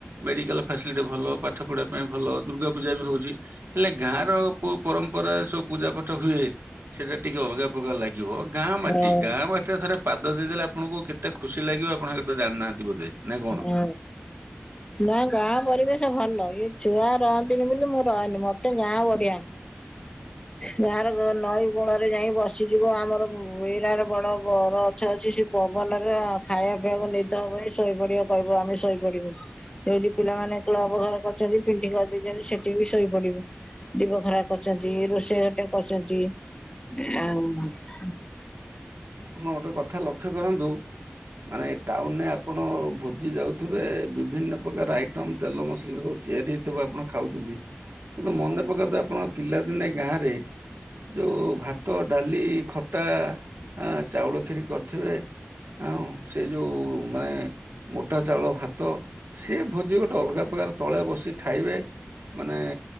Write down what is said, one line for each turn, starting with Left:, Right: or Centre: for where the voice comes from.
Right: ମେଡିକାଲ ଫାସିଲିଟି ଭଲ ପାଠ ପଢିବା ପାଇଁ ଭଲ ଦୁର୍ଗା ପୂଜା ବି ହୋଉଚି ହେଲେ ଗାଁର ପୋଉ ପରମ୍ପରା ସବୁ ପୂଜା ପାଠ ହୁଏ ସେଟା ଟିକେ ଅଲଗା ପ୍ରକାର ଲାଗି ଗିବ ଗାଁ ମାଟି
Left: ହଁ
Right: ଗାଁ ମାଟିରେ ଥରେ ପାଦ ଦେଇଦେଲେ ଆପଣଙ୍କୁ କେତେ ଖୁସି ଲାଗିବ ଆପଣ ସେଥା ଜାଣିନାହାନ୍ତି। ବୋଧେ ନା କଣ?
Left: ହଁ। ନା ଗାଁ ପରିବେଶ ଭଲ ଇଏ ଛୁଆ ରହନ୍ତିନି ବୋଲି ମୁଁ ରହେନି ମତେ ଗାଁ ବଢିଆ।
Right: ହ
Left: ଗାଁ ର ନଈ କୂଳରେ ଯାଇ ବସିଯିବ ଆମର ବିରାଟ ବଡ ବରଛ ଅଛି ସେ ପବନରେ ଆ ଖାଇବା ପିଇବାକୁ ନିଦ ହବ ଶୋଇପଡିବା କହିବ ଆମେ ଶୋଇପଡିବୁ। ଯଉଠି ପିଲାମାନେ କ୍ଲବ୍ ଘର କରିଛନ୍ତି ପିଣ୍ଡି କରିଦେଇଛନ୍ତି ସେଠି ବି ଶୋଇପଡିବୁ। ଦି ବଖରା କରିଛନ୍ତି ରୋଷେଇ ଘରଟେ କରିଚନ୍ତି। <inaudible>
Right: ଆମ ଗୋଟେ କଥା ଲକ୍ଷ୍ୟ କରନ୍ତୁ ମାନେ ଟାଉନରେ ଆପଣ ଭୋଜି ଯାଉଥିବେ ଏବେ ବିଭିନ୍ନ ପ୍ରକାର ଆଇଟମ ତେଲ ମସଲା ସବୁ ତିଆରି ହେଇଥିବ ଆପଣ ଖାଉଛନ୍ତି। କିନ୍ତୁ ମନେ ପକାନ୍ତୁ ଆପଣଙ୍କ ପିଲାଦିନେ ଗାଁ ରେ ଯୋଉ ଭାତ ଡାଲି ଖଟା ଆ ଚାଉଳ ଖିରି କରିଥିବେ ଆଉଁ ସେ ଯୋଉ ମେଁ ମୋଟା ଚାଉଳ ଭା ତ ସେ ଭୋଜି ଗୋଟେ ଅଲଗା ପ୍ରକାର ତଳେ ବସି ଖାଇବେ। ମାନେ